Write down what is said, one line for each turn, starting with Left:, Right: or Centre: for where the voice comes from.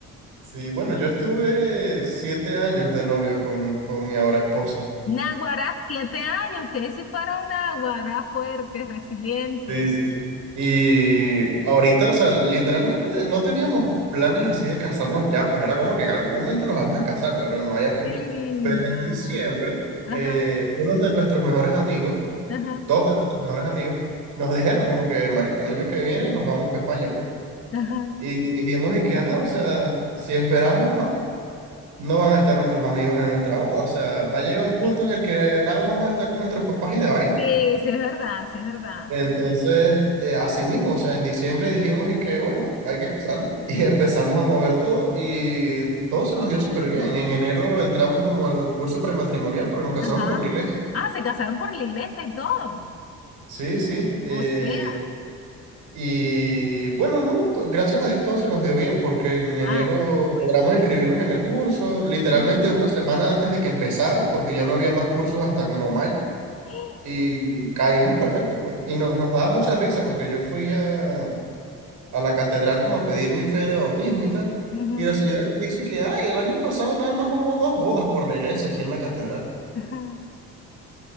Right: Sí, bueno, yo estuve siete años de novio con, con mi ahora esposo.
Left: Naguará, siete años. Ustedes sí fueron Naguará fuertes, resilientes.
Right: Sí, sí. Y ahorita, o sea, literalmente no teníamos planes así de casarnos ya, pues era como que en algún momento nos vamos a casar, pero no hay apuro.
Left: Qué linda,
Right: Pero en diciembre,
Left: ¿verdad? Ajá,
Right: eh, unos de nuestros mejores amigos,
Left: ajá,
Right: dos de nuestros mejores amigos, nos dijeron como que, marico, el año que viene nos vamos para España, pues.
Left: ajá.
Right: Y dijimos y que, ajá, o sea, si esperamos más, no van a estar nuestros amigos en nuestra boda, o sea, va a llegar un punto
Left: Sí.
Right: en el que nada más vamos a estar con nuestros papás y de vaina.
Left: Sí, sí es verdad, sí es verdad.
Right: Entonces, eh, así mismo, o sea, en diciembre dijimos y que, bueno, hay que casarnos. <laughs> Y empezamos a mover todo y todo se nos dio súper bien. En enero entramos como al curso prematrimonial porque nos casamos
Left: Ajá.
Right: por la iglesia.
Left: Ah, se casaron por la iglesia y todo.
Right: Sí, sí. eh,
Left: O sea,
Right: y bueno, no, to- gracias a Dios todo se nos dio bien porque en enero
Left: ay, qué bueno,
Right: logramos
Left: amén.
Right: inscribirnos en el curso, literalmente
Left: Ajá. <gasps>
Right: una semana antes de que empezara, porque ya no había más cursos hasta como mayo.
Left: ¡Ah!
Right: Y caímos
Left: Uy,
Right: perfecto, pues. Y nos, nos daba mucha risa porque yo fui a, a la catedral como a pedir mi fe de bautismo y tal.
Left: ujú.
Right: Y la señora me dice que, ay, el año pasado nada más hubo dos bodas por la iglesia aquí en la catedral.
Left: <laughs>